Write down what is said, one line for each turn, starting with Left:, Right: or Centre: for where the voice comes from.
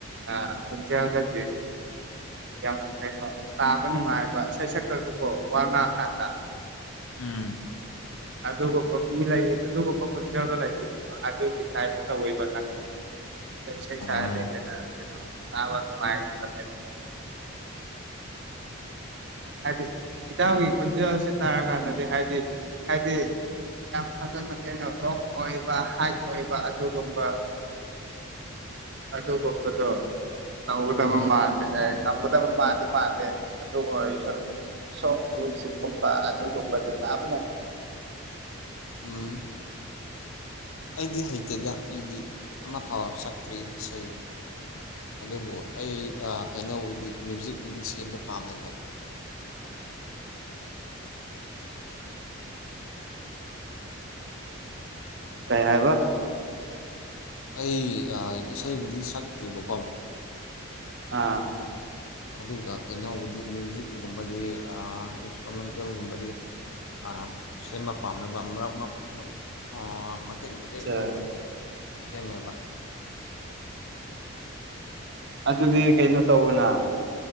Right: ꯑ ꯈꯣꯟꯖꯦꯜꯗꯒꯤ ꯌꯥꯝ ꯀꯩꯅꯣ ꯇꯥꯕ ꯅꯨꯡꯉꯥꯏꯕ ꯏꯁꯩ ꯁꯛꯇ꯭ꯔꯁꯨꯀꯣ ꯋꯥ ꯉꯥꯡꯉ ꯀꯥꯟꯗ
Left: ꯎꯝ
Right: ꯑꯗꯨꯒꯨꯝꯕ ꯃꯤ ꯂꯩ ꯑꯗꯨꯒꯨꯝꯕ ꯈꯣꯟꯖꯦꯜꯗꯣ <unintelligible> ꯑꯗꯨꯒꯤ ꯇꯥꯏꯞ ꯇꯧꯋꯦꯕ ꯅꯪꯗꯤ ꯈꯣꯏ ꯏꯁꯩ
Left: ꯑꯣ
Right: ꯁꯛꯑꯗꯤ ꯀꯩꯅꯣ ꯀꯩꯅꯣ ꯇꯥꯕ ꯅꯨꯡꯉꯥꯏꯒꯅꯦꯕ ꯍꯥꯏꯗꯤ ꯏꯇꯥꯎꯒꯤ ꯈꫭꯟꯖꯦꯜꯁꯤ ꯇꯥꯔꯀꯥꯟꯗꯗꯤ ꯍꯥꯏꯗꯤ ꯍꯥꯏꯗꯤ ꯌꯥꯝ ꯐꯖꯅ ꯀꯩꯅꫭ ꯔꯣꯛ ꯑꯣꯏꯕ ꯍꯥꯏꯠ ꯑꯣꯏꯕ ꯑꯗꯨꯒꯨꯝꯕ ꯑꯗꯨꯒꯨꯝꯕꯗꯣ ꯇꯧꯒꯗꯕ
Left: ꯎꯝ
Right: ꯃꯥꯟꯗꯦ ꯑꯦ ꯇꯝꯒꯗꯕ ꯃꯥꯟꯗꯤ ꯃꯥꯟꯗꯦ ꯑꯗꯨꯑꯣꯏ ꯁꯨ ꯁꯣꯞ <unintelligible> ꯀꯨꯝꯕ ꯑꯗꯒꯨꯝꯕꯗꯤ ꯇꯥꯕ
Left: ꯎꯝ ꯑꯩꯗꯤ ꯍꯩꯇꯦꯗ ꯑꯩꯗꯤ ꯑꯃ ꯐꯥꯎ ꯁꯛꯇ꯭ꯔꯤ ꯏꯁꯩ ꯑꯗꯨꯕꯨ ꯑꯩ ꯑꯥ ꯀꯩꯅꯣꯕꯨꯗꯤ ꯃ꯭ꯌꯨꯖꯤꯛꯄꯨꯗꯤ ꯁꯦꯝꯕ ꯄꯥꯝꯃꯦꯕ
Right: ꯀꯩ ꯍꯥꯏꯕ
Left: ꯑꯩ ꯑꯥ ꯏꯁꯩꯕꯨꯗꯤ ꯁꯛꯇ꯭ꯔꯤꯕꯀꯣ
Right: ꯑꯥ
Left: ꯑꯗꯨꯒ ꯀꯩꯅꯣꯕꯨꯗꯤ ꯃ꯭ꯌꯨꯖꯤꯛꯒꯨꯝꯕꯗꯤ ꯑꯥ ꯏꯟꯁꯇ꯭ꯔꯨꯃꯦꯟꯇꯦꯜꯒꯨꯝꯕꯗꯤ ꯑ ꯁꯦꯝꯕ ꯄꯥꯝꯃꯦꯕ ꯃ꯭ꯔꯛ ꯃꯔꯛꯇꯁꯨ <unintelligible> ꯃꯇꯦꯛ ꯃꯇꯦꯛ
Right: ꯑꯆꯥ
Left: ꯑꯗꯨꯝ ꯁꯦꯝꯃꯦꯕ
Right: ꯑꯗꯨꯗꯤ ꯀꯩꯅꯣ ꯇꯧꯋꯣꯅ